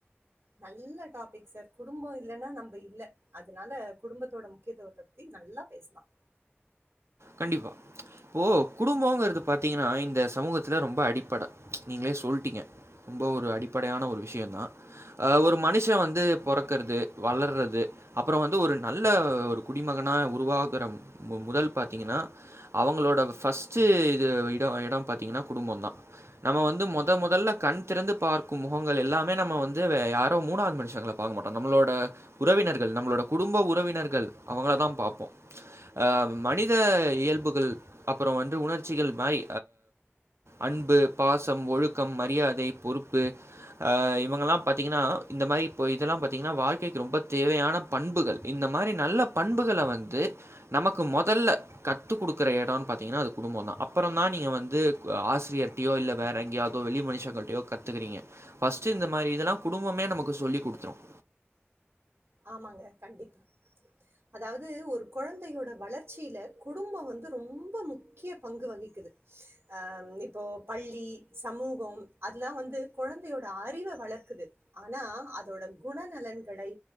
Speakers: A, on the right; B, on the right.
A: நல்ல டாபிக் சார் குடும்பம் இல்லைன்னா நம்ம இல்ல அதனால குடும்பத்தோட முக்கியத்துவத்தை பத்தி நல்லா பேசலாம்
B: கண்டிப்பா இப்ப குடும்பங்கிறது பார்த்தீங்கன்னா இந்த சமூகத்துல ரொம்ப அடிப்படை நீங்களே சொல்லிட்டீங்க ரொம்ப ஒரு அடிப்படையான ஒரு விஷயம் தா ஒரு மனுஷன் வந்து பிறக்கறது வளர்றது அப்புறம் வந்து ஒரு நல்ல ஒரு குடிமகனாக உருவாகிற முதல் ப விட்டீங்கன அவங்களோட ஃபஸ்ட் இடம் பாத்திங்னா குடும்பம் தா நம்ம வந்து முத முதல்ல கண் திறந்து பார்க்கும் முகங்கள் எல்லாமே நம வந்து யாரோ மூணாவது மனுஷங்க பார்க மாட்டோம் நம்மளோட உறவினர்கள் நம்மளோட குடும்ப உறவினர்கள் அவங்கள தா பார்ப்போம் ம மனித இயல்புகள் அப்புறம் வந்து உணர்ச்சிகள் மாதிரி அன்பு பாசம் ஒழுக்கம் மரியாதை பொறுப்பு இவங்கலாம் பார்த்தீங்கன்னா இந்த மாதிரி இப்போ இதெல்லாம் பார்த்தீங்கன்னா வாழ்க்கைக்கு ரொம்ப தேவையான பண்புகள் இந்த மாதிரி நல்ல பண்புகள வந்து நமக்கு முதல்ல கத்து குடுக்குற இடம்ன்னு பாத்தீங்கன்னா அது குடும்பதா அப்புறம தான் நீங்க வந்து ஆசிரியர்ட்டயோ இல்ல வேற எங்கேயாவதோ வெளி மனுஷர்களிட்டையோ கத்துக்கறீங்க பர்ஸ்ட் இந்த மாதிரி இதெல்லாம் குடும்பமே நமக்கு சொல்லி் கொடுத்துரும்
A: ஆமாங்க கண்டிப்பா அதாவது ஒரு குழந்தையோட வளர்ச்சியில குடும்பம் வந்து ரொம்ப முக்கிய பங்கு வகிக்குது அஹ் இப்போ பள்ளி சமூகம் அதெல்லாம் வந்து குழந்தையோட அறிவை வளர்க்குது ஆனா அதோட குணநலன்களை